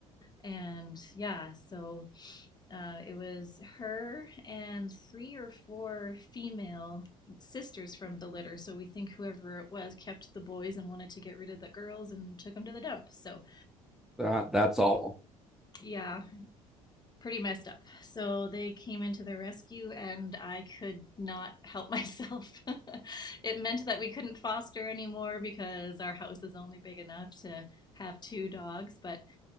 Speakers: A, on the left (about 20°); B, in the centre.
A: And yeah, so uh, it was her and three or four female sisters from the litter. So we think whoever it was kept the boys and wanted to get rid of the girls and took them to the dump. So
B: That, that's all.
A: yeah, pretty messed up. So they came into the rescue, and I could not help myself. <laughs> it meant that we couldn't foster anymore because our house is only big enough to have two dogs. But